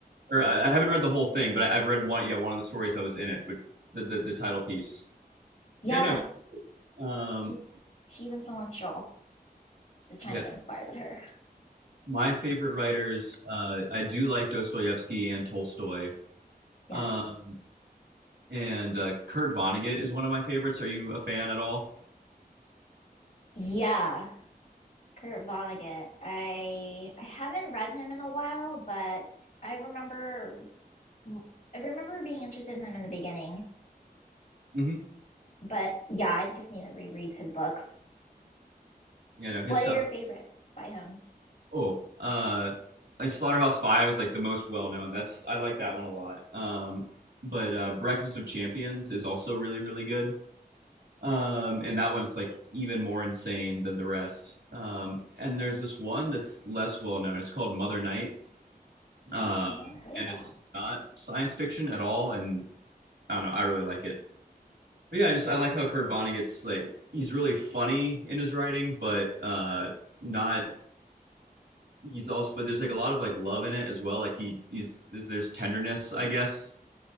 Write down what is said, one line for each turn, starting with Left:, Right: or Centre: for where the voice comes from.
Right: or I, I haven't read the whole thing, but I, I've read one. Yeah, one of the stories that was in it with the the, the title piece.
Left: Yes.
Right: Yeah, no. Um,
Left: She's she's influential. Just trying
Right: yeah,
Left: to get inspired with her.
Right: my favorite writers. Uh, I do like Dostoevsky and Tolstoy.
Left: Yes.
Right: Um, and uh, Kurt Vonnegut is one of my favorites. Are you a fan at all?
Left: Yeah. Kurt Vonnegut. I I haven't read him in a while, but I remember I remember being interested in him in the beginning.
Right: Mhm.
Left: But yeah, I just need to reread his books.
Right: You know his
Left: What
Right: stuff.
Left: are your favorites by him?
Right: Oh, uh, like Slaughterhouse Five is like the most well known. That's I like that one a lot. Um, but uh, Breakfast of Champions is also really really good. Um, and that one's like even more insane than the rest. Um, and there's this one that's less well known. It's called Mother Night, um,
Left: Oh, never heard of
Right: and
Left: that.
Right: it's not science fiction at all. And I don't know. I really like it. But yeah, I just I like how Kurt Vonnegut's like he's really funny in his writing, but uh not he's also but there's like a lot of like love in it as well. Like he he's there's, there's tenderness, I guess.